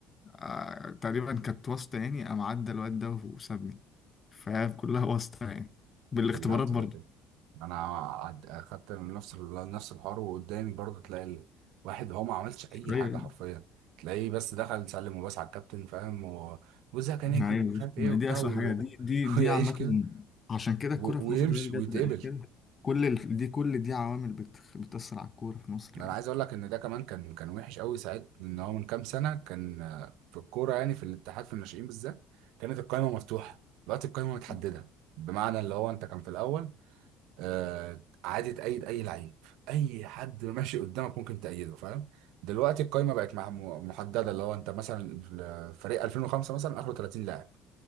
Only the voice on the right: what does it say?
كلها بتبقى
كده انا عد... اخدت نفس ال- نفس الحوار وقدامي برضه تلاقي الواحد هو ما عملش اي
حاجه حرفيا تلاقيه بس دخل سلم وبس على الكابتن فاهم و... وزها كان نجم
ومش عارف ايه
وبتاع
و...
<laughs> ويعيش
كده
و...
ويمشي
ويتقبل
انا
عايز اقول لك ان ده كمان كان كان وحش قوي ساعات ان هو من كام سنه كان آه، في الكوره يعني في الاتحاد في الناشئين بالذات كانت القايمه مفتوحه دلوقتي القايمه
متحدده بمعنى اللي هو انت كان في الاول آه عادي تأيد أي لعيب أي حد ماشي قدامك ممكن تأيده فاهم دلوقتي القايمة بقت مع- م- محددة اللي هو أنت مثلا فريق 2005 مثلا آخره 30 لاعب